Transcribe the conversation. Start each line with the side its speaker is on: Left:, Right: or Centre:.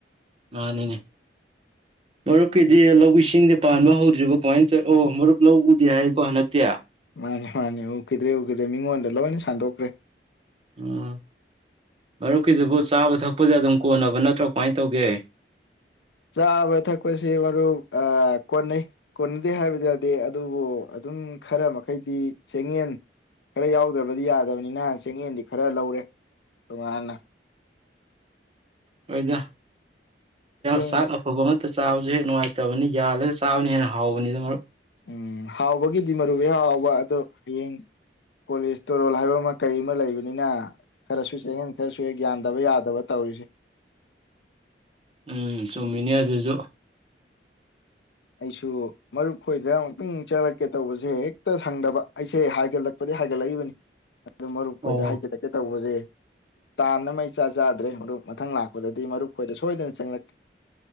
Right: ꯃꯥꯅꯤꯅꯦ ꯃꯔꯨꯞꯀꯤꯗꯤ ꯂꯧ ꯏꯁꯤꯡꯗꯤ ꯄꯥꯟꯕ ꯍꯧꯗ꯭ꯔꯤꯕ ꯀꯃꯥꯏꯅ ꯇꯧ ꯑꯣ ꯃꯔꯨꯞ ꯂꯧ ꯎꯗꯤꯦ ꯍꯥꯏꯀꯣ ꯍꯟꯗꯛꯇꯤ
Left: ꯃꯥꯅꯦ ꯃꯥꯅꯦ ꯎꯈꯤꯗ꯭ꯔꯦ ꯎꯈꯤꯗ꯭ꯔꯦ ꯃꯤꯉꯣꯟꯗ ꯂꯣꯏꯅ ꯁꯟꯗꯣꯛꯈ꯭ꯔꯦ
Right: ꯎꯝ ꯃꯔꯨꯞꯀꯤꯗꯨꯕꯨ ꯆꯥꯕ ꯊꯛꯄꯗꯤ ꯑꯗꯨꯝ ꯀꯣꯟꯅꯕ ꯅꯠꯇ꯭ꯔꯣ ꯀꯃꯥꯏꯅ ꯇꯧꯒꯦ
Left: ꯆꯥꯕ ꯊꯛꯄꯁꯦ ꯃꯔꯨ ꯀꯣꯟꯅꯩ ꯀꯣꯟꯅꯗꯦ ꯍꯥꯏꯕꯗꯤ ꯌꯥꯗꯦ ꯑꯗꯨꯕꯨ ꯑꯗꯨꯝ ꯈꯔ ꯃꯈꯩꯗꯤ ꯆꯌꯦꯟ ꯈꯔ ꯌꯥꯎꯗ꯭ꯔꯕꯗꯤ ꯌꯥꯗꯕꯅꯤꯅ ꯆꯦꯌꯦꯟꯗꯤ ꯈꯔ ꯂꯧꯔꯦ ꯇꯣꯉꯥꯟꯅ
Right: ꯑꯣꯏꯗ
Left: ꯆꯦꯡ
Right: ꯁꯥ ꯑꯐꯕ ꯑ ꯆꯥꯕꯁꯨ ꯍꯦꯛ ꯅꯨꯡꯉꯥꯏꯇꯕꯅꯤ ꯌꯥꯜꯂꯒ ꯆꯥꯕꯅ ꯍꯦꯟꯅ ꯍꯥꯎꯕꯅꯤꯅ ꯃꯔꯛ
Left: ꯎꯝ ꯍꯥꯎꯕꯒꯤꯗꯤ ꯃꯔꯨꯕ ꯍꯥꯎꯕ ꯑꯗꯣ ꯍꯌꯦꯡ ꯀꯣꯂꯦꯖꯇꯣꯔꯣꯜ ꯍꯥꯏꯕ ꯑꯃ ꯀꯩ ꯑꯃ ꯂꯩꯕꯅꯤꯅ ꯈꯔꯁꯨ ꯆꯦꯛꯉꯟ ꯈꯔꯁꯨꯦ ꯒ꯭ꯌꯥꯟꯗꯕ ꯌꯥꯗꯕ ꯇꯧꯔꯤꯁꯦ
Right: ꯎꯝ ꯆꯨꯝꯃꯤꯅꯤ ꯑꯗꯨꯁꯨ
Left: ꯑꯩꯁꯨ ꯃꯔꯨꯞ ꯈꯣꯏꯗꯅ ꯑꯃꯨꯛꯇꯪ ꯆꯠꯂꯛꯦ ꯀꯩ ꯇꯧꯕꯁꯦ ꯍꯦꯛꯇ ꯁꯪꯗꯕ ꯑꯩꯁꯦ ꯍꯥꯏꯒꯠꯂꯛꯄꯗꯤ ꯍꯥꯏꯒꯠꯂꯛꯏꯕꯅꯤ ꯑꯗꯨ ꯃꯔꯨꯞ
Right: ꯑꯣ
Left: ꯈꯣꯏꯗ
Right: ꯍꯣꯏ
Left: ꯍꯥꯏꯖꯤꯜꯂꯛꯀꯦ ꯇꯧꯕꯁꯦ ꯇꯥꯟꯅ ꯃꯩ ꯆꯥ ꯆꯥꯗ꯭ꯔꯦ ꯃꯔꯨꯞ ꯃꯊꯪ ꯂꯥꯛꯄꯗꯗꯤ ꯃꯔꯨꯞ ꯈꯣꯏꯗ ꯁꯣꯏꯗꯅ ꯆꯪꯂꯛꯀꯦ